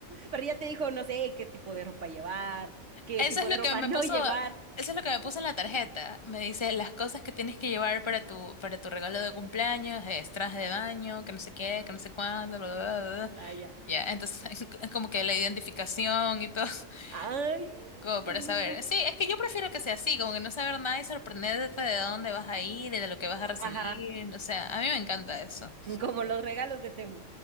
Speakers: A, on the right; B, on the left.
A: pero ya te dijo, no sé, qué tipo de ropa llevar, qué
B: Eso
A: tipo
B: es lo
A: de
B: que
A: ropa
B: me
A: <laughs> no
B: puso,
A: llevar.
B: eso es lo que me puso en la tarjeta. Me dice las cosas que tienes que llevar para tu, para tu regalo de cumpleaños, es traje de baño, que no sé qué, que no sé cuánto, bla, bla, bla, bla.
A: Playa.
B: Ya, entonces, <laughs> como que la identificación y todo, <laughs>
A: Ay,
B: como
A: qué
B: para
A: lindo.
B: saber. Sí, es que yo prefiero que sea así, como que no saber nada y sorprenderte de dónde vas a ir y de lo que vas a recibir.
A: Ajá.
B: O sea, a mí me encanta eso.
A: Como los regalos de Temu.